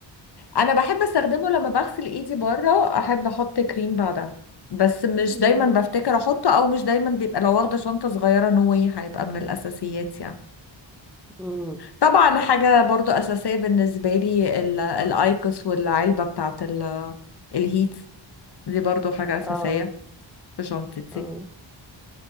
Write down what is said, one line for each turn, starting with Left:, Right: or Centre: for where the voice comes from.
Left: انا بحب استخدمه لما بغسل ايدي بره احب احط كريم بعدها بس مش
Centre: مم.
Left: دايما بفتكر احطه او مش دايما بيبقى لو واخده شنطه صغيره نوي هيبقى من الاساسيات يعني
Centre: <laughs> مم.
Left: طبعا حاجه برضو اساسيه بالنسبه لي ال- الايكوس والعلبه بتاعت ال- الهيت دي برضو حاجه اساسيه
Centre: اه
Left: في شنطتي
Centre: اه